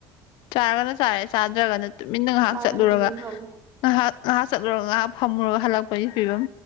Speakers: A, on the left; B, on the right.
A: ꯆꯥꯔꯒꯅ ꯆꯥꯔꯦ ꯆꯥꯗ꯭ꯔꯒꯅ ꯇꯨꯃꯤꯟꯅ ꯉꯥꯏꯍꯥꯛ
B: ꯆꯥꯔꯅ
A: ꯆꯠꯂꯨꯔꯒ
B: ꯇꯨꯃꯤꯟ ꯐꯝꯃꯤ
A: ꯉꯥꯏꯍꯥꯛ ꯉꯥꯏꯍꯥꯛ ꯆꯠꯂꯨꯔꯒ ꯉꯥꯏꯍꯥꯛ ꯐꯝꯃꯨꯔꯒ ꯍꯜꯂꯛꯄꯩ ꯐꯤꯕꯝ